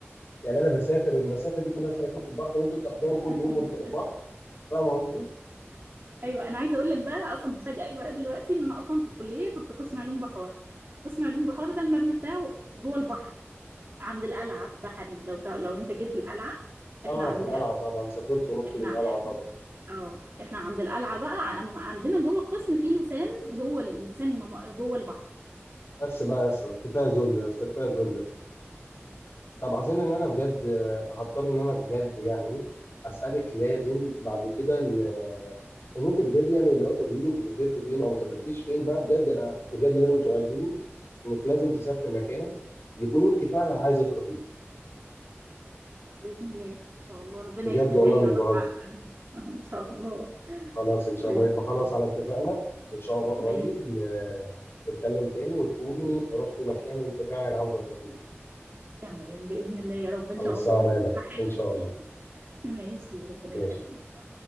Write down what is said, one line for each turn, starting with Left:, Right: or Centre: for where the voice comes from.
Left: يعني انا بسافر المسافه دي كلها عشان اشوف البحر وانتوا بتحضروا كل
Right: <laughs>
Left: يوم قدام البحر فاهم قصدي؟
Right: ايوه انا عايزه اقول لك بقى اصلا هفاجئك بقى دلوقتي ان انا اصلا في الكليه كنت قسم علوم بحار في قسم علوم بحار ده المبنى بتاعه جوه البحر عند القلعه في بحري لو تع- لو انت جيت القلعه
Left: اعرف
Right: احنا عند
Left: القلعه طبعا سافرت ورحت
Right: احنا
Left: للقلعه
Right: احنا
Left: طبعا
Right: اه احنا عند القلعه بقى عن- عندنا جوه القسم في لسان جوه اللسان مم- جوه البحر
Left: بس بقى يا اسطى كفايه ذل يا اسطى كفايه ذل يا اسطى طب عايزين ان انا بجد آه، هضطر ان انا بجد يعني اسالك لازم بعد كده ان ان انت بجد يعني اللي هو تقولي لي انت سافرت فين او ما سافرتيش فين بقى بجد انا بجد لازم توعديني انك لازم تسافري مكان يكون انت فعلا عايزه تروحيه
Right: باذن الله ان شاء الله ربنا
Left: بجد
Right: يكتبها
Left: والله
Right: لي
Left: مش
Right: واروح
Left: بهزر
Right: أ- <laughs> ان شاء الله
Left: خلاص ان شاء
Right: باذن
Left: الله يبقى خلاص
Right: الله
Left: على اتفاقنا ان شاء الله قريب
Right: ماشي
Left: ن- نتكلم تاني وتكوني رحتي مكان انت فعلا عاوزه تروحيه
Right: تمام باذن الله يا رب ان
Left: خلصانه
Right: شاء الله
Left: يا مريم
Right: هحاول
Left: ان شاء الله
Right: ماشي ربنا
Left: ماشي
Right: يخليك